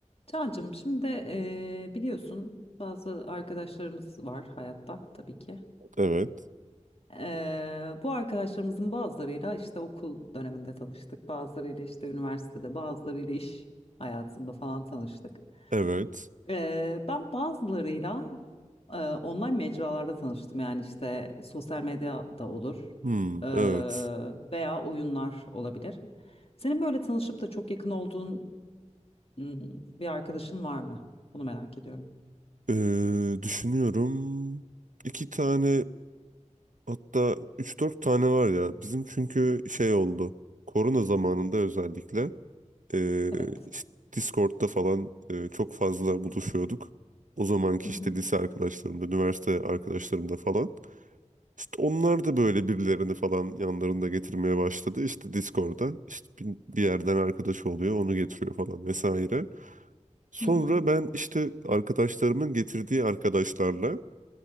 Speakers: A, on the left; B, on the right.
A: Cancığım şimdi eee, biliyorsun bazı arkadaşlarımız var hayatta tabii ki.
B: Evet.
A: Eee, bu arkadaşlarımızın bazılarıyla işte okul döneminde tanıştık. Bazılarıyla işte üniversitede, bazılarıyla iş hayatında falan tanıştık.
B: Evet.
A: Eee, ben bazılarıyla eee, online mecralarda tanıştım. Yani işte sosyal medya da olur
B: Hmm,
A: eee,
B: evet.
A: veya oyunlar olabilir. Senin böyle tanışıp da çok yakın olduğun hmm, bir arkadaşın var mı? Bunu merak ediyorum.
B: Ee, düşünüyorum. İki tane hatta üç dört tane var ya. Bizim çünkü şey oldu. Korona zamanında özellikle ee,
A: Evet.
B: işte Discord'da falan ee, çok fazla buluşuyorduk. O zamanki
A: Hı hı.
B: işte lise arkadaşlarımda, üniversite arkadaşlarımda falan. İşte onlar da böyle birilerini falan yanlarında getirmeye başladı. İşte Discord'da işte bir, bir yerden arkadaşı oluyor, onu getiriyor falan vesaire. Sonra
A: Hı hı.
B: ben işte arkadaşlarımın getirdiği arkadaşlarla